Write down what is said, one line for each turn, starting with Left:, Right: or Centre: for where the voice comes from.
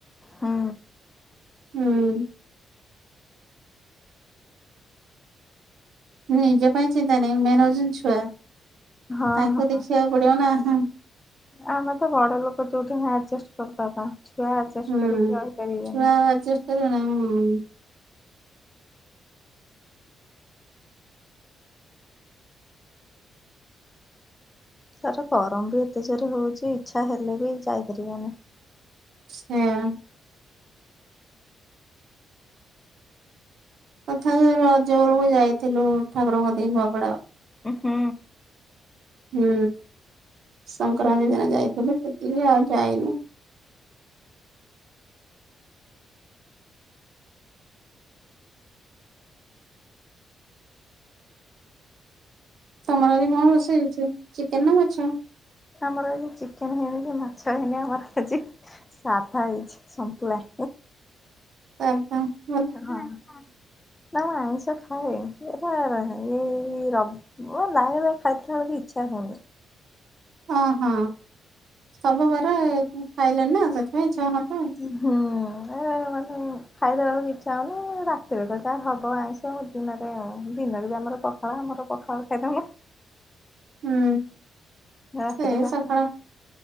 Left: ହୁଁ।
Right: ହୁଁ। ନିଜ ପାଇଁ ଚିନ୍ତା ନାହିଁ ମେନ୍ ହଉଛନ୍ତି ଛୁଆ
Left: ହଁ
Right: ତାଙ୍କୁ
Left: ହଁ।
Right: ଦେଖିବାକୁ ପଡିବନା ହୁଁ।
Left: ଆମେ ତ ବଡ ଲୋକ ଯୋଉଠି ନ ଆଡଜଷ୍ଟ କରି ପାରୁନା ଛୁଆ ଆଡଜଷ୍ଟ
Right: ହୁଁ
Left: କରିକି ରହିପାରିବେନି।
Right: ଛୁଆ <unintelligible>
Left: ତାର ଗରମ ବି ଏତେ ଜୋରେ ହଉଛି ଇଛା ହେଲେ ବି ଯାଇପାରିବନି।
Right: ହେଁ। ତଥାପି ରଜ ବଳୁକୁ ଯାଇଥିଲୁ ଠାକୁରଙ୍କ ଦେଇ ନୂଆପଡା।
Left: ଉଁ ହୁଁ।
Right: ହୁଁ ସଂକ୍ରାନ୍ତି ଦିନ ଯାଇଥିଲୁ ସେତିକି ଆଉ ଯାଇନୁ। ତମର ଆଜି କଣ ରୋଷେଇ ହେଇଛି ଚିକେନ ନା ମାଛ?
Left: ଆମର ଆଜି ଚିକେନ ହେଇନି କି ମାଛ ହେଇନି ଆମର ଆଜି। ସାଧା ହେଇଛି ସନ୍ତୁଳା।
Right: ଓହୋ।
Left: ହଁ ନାଇଁ ଆଇଁଷ ଖାଏ ଏରା ରହ ଏଇ ର ମୋ ନାଇଁ ଭଳିଆ ଖାଇଥିଲି ବେଳୁକୁ ଇଚ୍ଛା ହଉନି।
Right: ଓହଁ ସବୁ ବାରେ ଖାଇଲେଣି ନା ସେଥିପାଇଁ ଇଛା ହଉନଥିବ ଆଉ।
Left: କି ହଁ ଏ ମାନେ ମାନେ। ଖାଇଦେବାକୁ ଇଚ୍ଛା ହଉନି ରାତିରେ ତ ଯାହା ହବ ଆଇଁଷ ଦିନରେ ଆଉ ଦିନରେ ବି ଆମର ତ ହ ଆମର ପଖାଳ ଖାଇଦଉନୁ।
Right: ହୁଁ
Left: ରାତିରେ
Right: ସେଇ
Left: ଯା
Right: ସକାଳ।